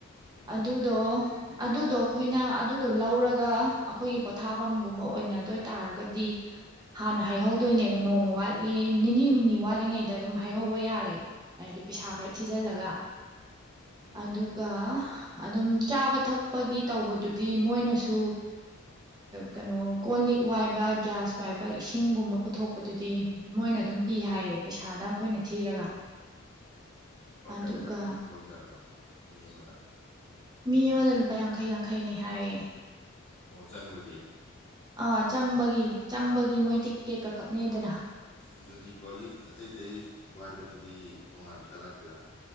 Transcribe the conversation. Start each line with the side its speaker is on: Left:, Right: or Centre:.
Left: ꯎꯝ
Right: ꯑꯗꯨꯗꯣ ꯑꯗꯨꯗꯣ ꯑꯩꯈꯣꯏꯅ ꯑꯗꯨꯗꯣ ꯂꯧꯔꯒ ꯑꯈꯣꯏꯒꯤ ꯄꯣꯊꯥꯐꯝꯒꯨꯝꯕ ꯑꯣꯏꯅꯗꯣꯏ ꯇꯥꯔꯒꯗꯤ ꯍꯥꯟꯅ ꯍꯥꯏꯍꯧꯗꯣꯏꯅꯦꯕ ꯅꯣꯡꯃ ꯋꯥꯠꯂꯤ ꯅꯤꯅꯤ ꯍꯨꯝꯅꯤ ꯋꯥꯠꯂꯤꯉꯩꯗ ꯑꯗꯨꯝ ꯍꯥꯏꯍꯧꯕ ꯌꯥꯔꯦ꯫ ꯍꯥꯏꯗꯤ ꯄꯩꯁꯥ
Left: ꯎꯝ
Right: ꯈꯔ ꯊꯤꯖꯤꯜꯂꯒ
Left: ꯎꯝ
Right: ꯑꯗꯨꯒ ꯑꯗꯨꯝ ꯆꯥꯕ ꯊꯛꯄꯒꯤ ꯇꯧꯕꯗꯨꯗꯤ ꯃꯣꯏꯅꯁꯨ ꯀꯩꯅꯣ ꯀꯣꯟ ꯂꯤꯛ ꯋꯥꯏꯕ ꯒ꯭ꯌꯥꯁ ꯋꯥꯏꯕ ꯏꯁꯤ ꯏꯁꯤꯡꯒꯨꯝꯕ ꯄꯨꯊꯣꯛꯄꯗꯨꯗꯤ ꯃꯣꯏꯅ ꯑꯗꯨꯝ ꯄꯤ ꯍꯥꯏꯌꯦ ꯄꯩꯁꯥꯅ ꯑꯩꯈꯣꯏꯅ ꯊꯤꯔꯒ꯫
Left: ꯂꯨꯄꯥ
Right: ꯑꯗꯨꯒ
Left: ꯀꯌꯥ ꯀꯌꯥ ꯂꯧꯖꯥꯠꯅꯣ ꯃꯤ ꯑꯃꯗ꯫
Right: ꯃꯤ ꯑꯃꯗ ꯂꯨꯄꯥ ꯌꯥꯡꯈꯩ ꯌꯥꯡꯈꯩꯅꯦ ꯍꯥꯏꯌꯦ꯫
Left: ꯑꯣ ꯆꯪꯕꯒꯤ꯫
Right: ꯑꯥ ꯆꯪꯕꯒꯤ ꯆꯪꯕꯒꯤ ꯃꯣꯏ ꯇꯤꯛꯀꯦꯠꯀ ꯀꯛꯅꯩꯗꯅ꯫
Left: ꯑꯗꯨꯗꯤ ꯀꯣꯜꯂꯤꯛ ꯑꯇꯩ ꯑꯇꯩ ꯋꯥꯏꯕꯗꯨꯗꯤ ꯇꯣꯉꯥꯟꯅ ꯄꯩꯁꯥ ꯂꯥꯛꯇꯣꯏꯔꯥ꯫